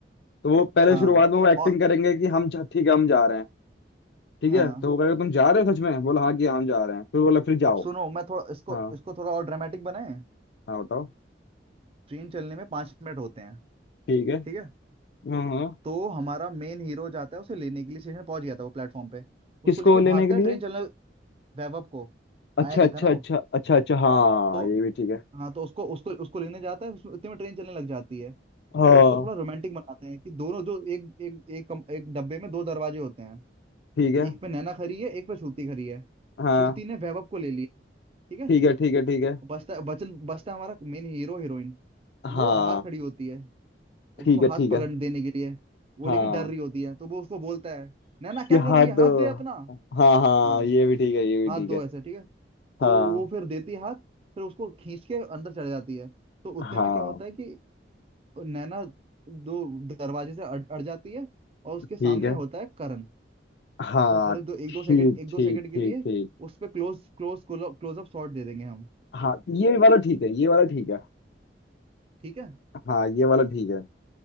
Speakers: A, on the left; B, on the right.
A: तो वो पहले
B: हाँ
A: शुरुआत में वो एक्टिंग
B: और
A: करेंगे कि हम जा ठीक है हम जा रहे हैं ठीक
B: हाँ
A: है तो वो कहेगा तुम जा रहे हो सच में बोला हाँ कि हम जा रहे हैं फिर बोला फिर जाओ
B: अब सुनो मैं थोड़ा इसको
A: हाँ
B: इसको थोड़ा और ड्रामेटिक बनाए
A: हाँ बताओ
B: ट्रेन चलने में पाँच मिनट होते हैं
A: ठीक है
B: ठीक है
A: हाँ हाँ
B: तो हमारा मेन हीरो जाता है उसे लेने के लिए स्टेशन पहुंच गया था वो प्लेटफॉर्म पे उसको
A: किसको
B: लेके
A: लेने
B: भागता
A: के
B: है ट्रेन
A: लिए
B: चलने वैभव को
A: अच्छा
B: आया नहीं
A: अच्छा
B: था ना वो
A: अच्छा अच्छा अच्छा हाँ
B: तो
A: ये भी ठीक है
B: हाँ तो उसको उसको उसको लेने जाता है उसमें- इतने में ट्रेन चलने लग जाती है
A: हाँ
B: तो उसको थोड़ा रोमांटिक बनाते हैं कि दोनों जो एक एक एक कम, एक डब्बे में दो दरवाजे होते हैं
A: ठीक है
B: एक पे नैना खड़ी है एक पे श्रुति खड़ी है
A: हाँ
B: श्रुति ने वैभव को ले लिया ठीक है
A: ठीक है ठीक है ठीक है
B: बचता बचन बचता हमारा मेन हीरो हीरोइन
A: हाँ
B: वो बाहर खड़ी होती है उसको
A: ठीक है
B: हाथ
A: ठीक
B: पकड़
A: है
B: देने के लिए वो
A: हाँ
B: लेकिन डर रही होती है तो वो उसको बोलता है नैना क्या
A: ये
B: कर
A: हद
B: रही है हाथ दे अपना
A: हाँ हाँ
B: हाँ
A: ये भी ठीक है ये
B: हाथ
A: भी ठीक
B: दो
A: है
B: ऐसे ठीक है
A: हाँ
B: तो वो फिर देती है हाथ फिर उसको खींच के अंदर चले जाती है तो उतने
A: हाँ
B: में क्या होता है कि नैना दो दरवाजे से अड़, अड़ जाती है और उसके
A: ठीक
B: सामने
A: है
B: होता है करण
A: हाँ
B: तो थोड़े दो एक
A: ठीक
B: दो सेकंड एक
A: ठीक
B: दो सेकंड के
A: ठीक
B: लिए
A: ठीक
B: उस पे क्लोज क्लोज क्लोजअप शॉट दे देंगे हम
A: हाँ ये वाला ठीक है ये वाला ठीक है
B: ठीक है
A: हाँ ये वाला ठीक है